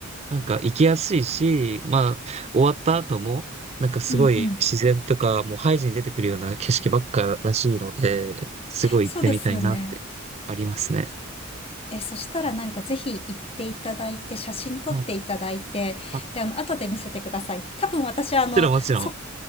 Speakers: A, on the right (about 30°); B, on the left (about 30°).
A: なんか行きやすいし、まあ、終わった後も、なんかすごい自然とか、
B: うんうん。
A: もうハイジに出てくるような景色ばっからしいので、すごい行ってみたいなってありますね。
B: そうですよね。え、そしたらなんかぜひ行っていただいて、写真撮っていただいて、
A: はい。あも
B: で、あの、後で見せてください。多分私、あの、
A: ちろん、もちろん。
B: そ